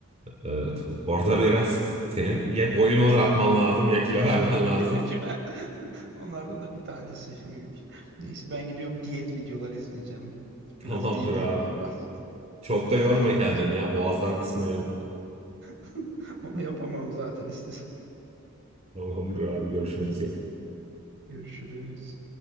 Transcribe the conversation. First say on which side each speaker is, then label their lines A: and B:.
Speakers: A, on the right; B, on the right.
A: evet. Orada biraz senin ya boyunu uzatman lazım
B: <laughs>
A: ya kilo vermen lazım.
B: Ya da kilo. <laughs> Onlardan da bir tanesi. Neyse ben gidiyorum diyet videoları izleyeceğim.
A: Tamamdır
B: Biraz diyet
A: abi.
B: yapmam lazım.
A: Çok
B: Görüşürüz.
A: da yorma kendini ya. Boğazdan kısmayalım.
B: <laughs> Onu yapamam zaten istesem.
A: Tamamdır abi. Görüşmek üzere.
B: Görüşürüz.